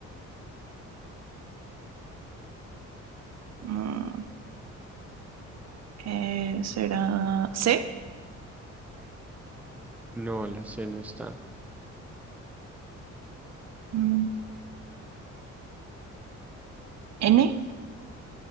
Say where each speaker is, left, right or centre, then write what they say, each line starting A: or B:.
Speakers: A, on the right; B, in the centre.
A: Mm, eh, ¿será C?
B: No, la C no está.
A: Mm, ¿N?